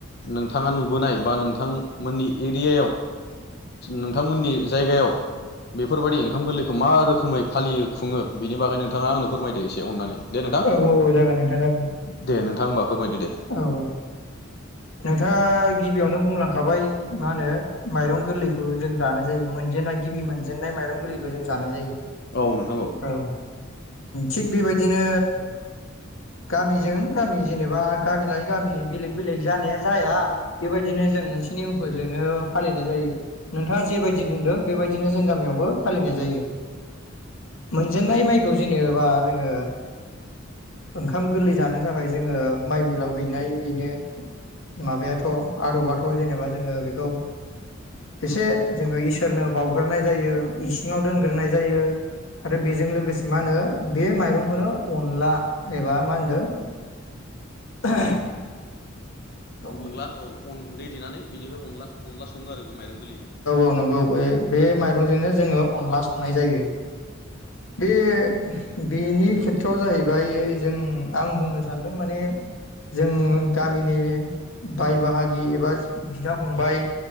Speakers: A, on the left; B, on the left.
A: नोंथाङा नुबोनाय बा नोंथांमोननि एरियायाव नोंथांमोननि जायगायाव बेफोरबायदि ओंखाम गोरलैखौ मा रोखोमै फालियो खुङो बेनि बागैनो नोंथाङा आंनो फोरमायदो एसे अननानै दे नोंथां
B: औ औ जागोन नोंथां जागोन
A: दे नोंथां होमबा फोरमायदो दे
B: औ औ नोंथाङा गिबियावनो बुंलांखाबाय मा होनो माइरं गोरलैखौ जों जानाय जायो मोनजेननाय गिबि मोनजेनन्नाय माइरं गोरलैखौ जों जानाय जायो
A: औ नोंथां
B: औ थिग बेबायदिनो गामिजों गामि जेनेबा गामि लायै गामि बेलेग बेलेग जानाया जाया बेबायदिनो जों मोनसे नेमखौजोंनो फालिनाय जायो नोंथाङा जेबायदि बुंदों बेबायदिनो जों गामियावबो फालिनाय जायो मोनजेनय माइ औ जेनेबा जोङो ओंखाम गोरलै जानो थाखाय जोङो माइ मिलाव हैनाय बेनो माबायाथ' आदबाथ' जेनेबा जोङो बेखौ एसे जोङो इसोरनो बाउग्रोनाय जायो इसिङाव दोनग्रोनाय जायो आरो बेजों लोगोसे मा होनो बे माइरंखौनो अनला एबा मा होनदों <unintelligible> <inaudible> औ
A: अनला औ अन गुन्दै देनानै बेनिफ्राय अनला अनला सङो आरो बे माइरं गोरलैजों
B: औ नंगौ बै बे माइरंजोंनो जोङो अनला संनाय जायो। बे बेनि खेथ्रआव जाहैबाय जों आं बुंनो सानदों माने जों गामिनि बे बाय बाहागि एबाज बिदा फंबाय